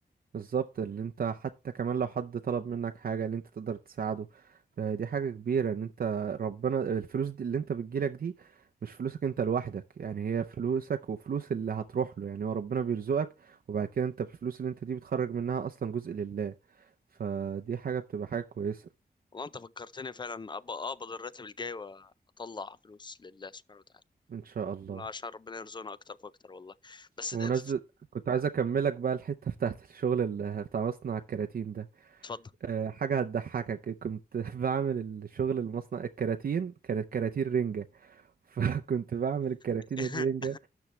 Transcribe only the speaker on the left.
والله انت فكرتني فعلا أب- اقبض الراتب الجاي واطلع فلوس لله سبحانه وتعالى
عشان ربنا يرزقنا اكتر فاكتر والله بس
ده-
اتفضل
<laughs>